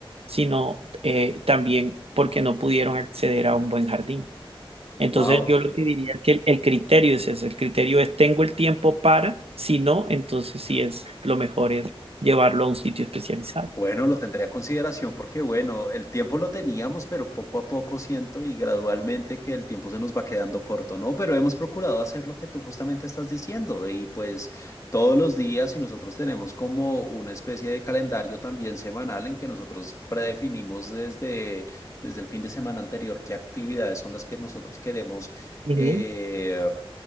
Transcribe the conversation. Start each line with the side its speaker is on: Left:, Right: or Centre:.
Right: sino eh, también porque no pudieron acceder a un buen jardín. Entonces
Left: Wow,
Right: yo lo que diría es que el, el criterio es ese, el criterio es tengo el tiempo para, si no, entonces sí es lo mejor es llevarlo a un sitio especializado.
Left: bueno, lo tendré a consideración porque, bueno, el tiempo lo teníamos, pero poco a poco siento y gradualmente que el tiempo se nos va quedando corto, ¿no? Pero hemos procurado hacer lo que tú justamente estás diciendo y pues todos los días y nosotros tenemos como una especie de calendario también semanal en que nosotros predefinimos desde, desde el fin de semana anterior qué actividades son las que nosotros queremos.
Right: Ujú,
Left: eh,